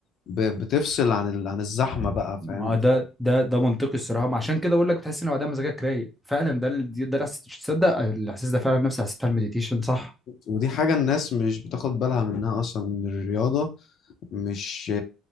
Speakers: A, on the left; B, in the centre.
A: ب- بتفصل عن ال... عن الزحمة بقى
B: ما
A: فاهم
B: ده ده ده منطقي الصراحة ما عشان كده بقول لك بتحس ان بعدها مزاجك رايق فعلا ده ال- ده الإحساس- تصدق الاحساس ده فعلا نفسي حسيت على المديتيشن صح
A: ودي حاجة الناس مش بتاخد بالها منها أصلا من الرياضة مش